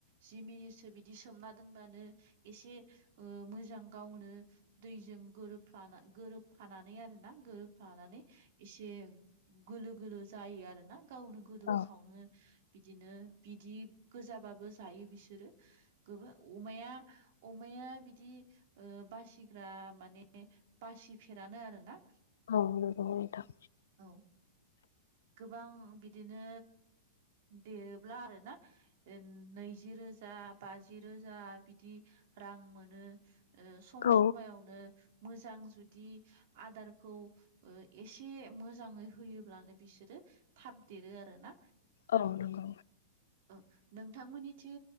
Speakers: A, on the right (about 55°); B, on the left (about 85°).
A: जि मिनिटसो बिदि सोमना दोनबानो एसे ओ मोजां गावनो दैजों गोरोबफ्लाना गोरोबफानानै आरोना गोरोबफ्लानानै एसे गलो गोलोलो जायो आरो ना गावनो गोदौ
B: औ
A: खङो बिदिनो बिदि गोजाबाबो जायो बिसोरो गोबां अमाया अमाया बिदि ओ बासिग्रा माने बासिफेरानो आरोना
B: औ नंगौ नोंथां
A: औ गोबां बि बिदिनो देरोब्ला आरो ना नैज रोजा बाज रोज गोजा बिदि रां मोनो सम
B: औ
A: समायावनो मोजां जुदि आदारखौ एसे मोजाङै होयोब्लानो बिसोरो थाबदेरो आरो ना
B: औ नंगौ
A: औ नोंथांमोननिथि